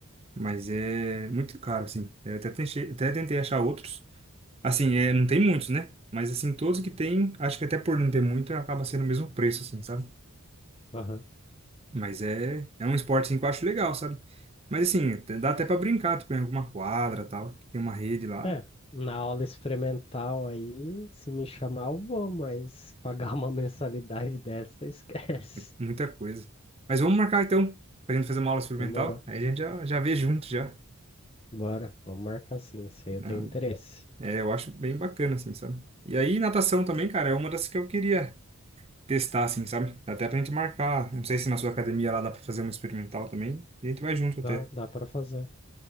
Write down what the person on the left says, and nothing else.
Aham.
É. Na aula experimental aí, se me chamar, eu vou, mas pagar uma <laughs> mensalidade dessa, esquece.
Demorou.
Bora. Vamos marcar sim. Se aí eu
tenho interesse.
Dá,
dá para fazer.